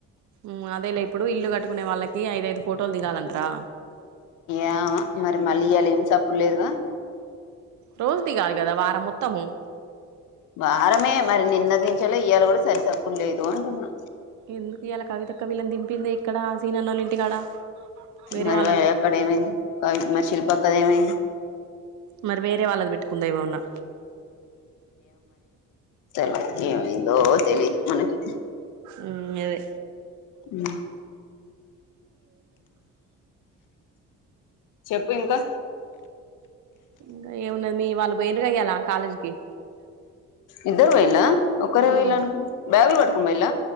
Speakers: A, on the right; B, on the left.
A: ఉం అదే లే ఇప్పుడు ఇల్లు కట్టుకునే వాళ్ళకి ఐదఐదు ఫోటోలు దిగాలంటరా
B: ఏమో మరి మళ్ళీ ఇయాలా ఏం సప్పుడు లేదుగా
A: రోజుధి కాదు గదా వారం మొత్తము
B: వారమే మరి నిన్నటి నుంచి ఇయాల కూడా సరి సప్పుడు లేదు అంటున్నా
A: ఎందుకు ఇయాలా కవిత అక్క వీళ్ళని దింపిందే ఇక్కడ సీనన్నోళ్ళ ఇంటికాడ వేరే
B: మరి
A: వాళ్ళని
B: అక్కడ ఏమైంది మరి శిల్ప అక్కది ఏమైంది
A: మరి వేరే వాళ్ళది పెట్టుకుందా ఏమన్నా
B: తెలవధు ఏమైందో తెలీదు మనకి
A: ఉం అదే
B: ఉం చెప్పు ఇంకా
A: ఇంకా ఏమున్నది మీ వాళ్ళు పోయిరు ఇయ్యాల కాలేజ్కి
B: ఇద్దరు పోయిళ ఒక్కరే
A: హ్మ్.
B: పోయళ అనుకోండి బ్యాగులు పట్కోం పోయిళ